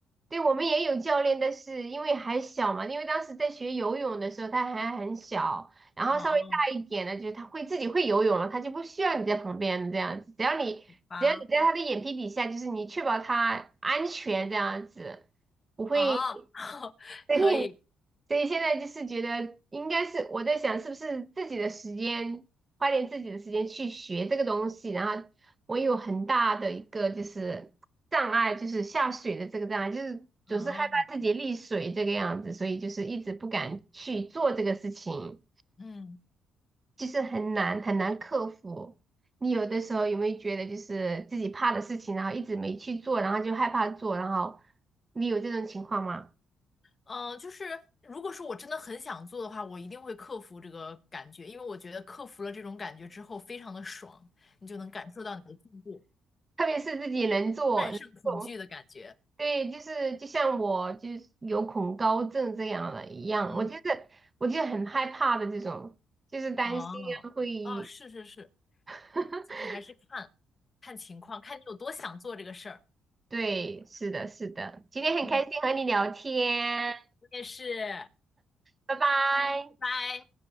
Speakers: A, on the right; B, on the left.
A: 对，我们也有教练，但是因为还小嘛，因为当时在学游泳的时候他还很小，然后稍微大一点了，
B: 嗯哦，
A: 就是他会自己会游泳了，他就不需要你在旁边这样子，只要你只要你在他的眼皮底下，
B: 好吧，
A: 就是你确保他安全这样子，不会。
B: 哦，<laughs>
A: 所以，
B: 可以，
A: 所以现在就是觉得应该是我在想，是不是自己的时间，花点自己的时间去学这个东西。然后我有很大的一个就是障碍，就是下水的这个障碍，就是总是害怕自己溺水这个样子，
B: 哦，
A: 所以就是一直不敢去做这个事情，
B: 嗯。
A: 就是很难很难克服。你有的时候有没有觉得就是自己怕的事情，然后一直没去做，然后就害怕做，然后你有这种情况吗？
B: 嗯，呃就是如果说我真的很想做的话，我一定会克服这个感觉，因为我觉得克服了这种感觉之后，非常的爽，你就能感受到你的进步，
A: 特别是自己能做，
B: 战胜恐惧的感觉。
A: 能做，对，就是就像我就是有恐高症这样的一样，
B: 嗯，
A: 我就是我就很害怕的这种，就是担心啊会，
B: 哦，哦，是是是，
A: <laughs>
B: 就是还是看看情况，看你有多想做这个事儿。
A: 对，是的，是的，今天很开心和你聊天，
B: 嗯，我也是，
A: 拜拜。
B: 拜拜。